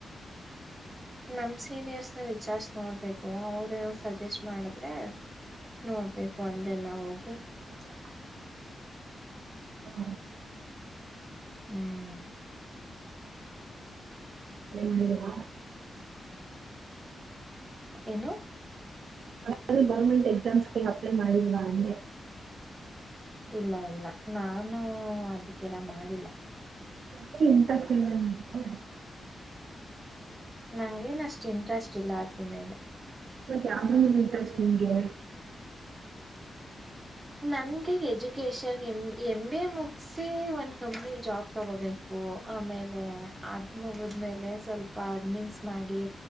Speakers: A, on the right (about 15°); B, on the right (about 75°).
A: ನಮ್ಮ ಸೀನಿಯರ್ಸ್ನ ವಿಚಾರಿಸಿ ನೋಡಬೇಕು ಅವರು ಸಜೆಸ್ಟ್ ಮಾಡಿದ್ರೆ ನೋಡಬೇಕು ಅಲ್ಲಿ ಎಲ್ಲಾ ಹೋಗಿ
B: ಹೂ ಹೂ
A: ಹ್ಮ್
B: ಮಾಡಿಲ್ವಾ
A: ಏನು
B: ಯಾವುದ ಆದರೂ ಗೌರ್ಮೆಂಟ್ ಎಕ್ಸಾಮ್ಸ್ ಗೆ ಅಪ್ಲೈ ಮಾಡಿದಿರಾ ಅಂದೆ
A: ಇಲ್ಲ ಇಲ್ಲ ನಾನು ಅದಕ್ಕೆಲ್ಲ ಮಾಡಿಲ್ಲ
B: ಯಾಕ್ ಇಂಟ್ರೆಸ್ಟ್ ಇಲ್ಲ ನಿಮಗೆ
A: ನಂಗೇನ್ ಅಷ್ಟು ಇಂಟ್ರೆಸ್ಟ್ ಇಲ್ಲ ಅದ್ರ ಮೇಲೆ
B: ಮತ್ತ್ ಯಾವ್ದ್ರ ಮೇಲೆ ಇಂಟ್ರೆಸ್ಟ್ ನಿಂಗೆ
A: ನನ್ಗೆ ಎಜುಕೇಶನ್ <unintelligible> ಎಂ ಎಂ ಬೇ ಮುಗಸಿ ಒಂದ್ ಕಂಪ್ನಿ ಜಾಬ್ ತಗೋಬೇಕು ಆಮೇಲೆ ಅದ್ ಮುಗಿದ್ಮೇಲೆ ಸ್ವಲ್ಪ ಪಾರ್ನಿಂಗ್ಸ್ ಮಾಡಿ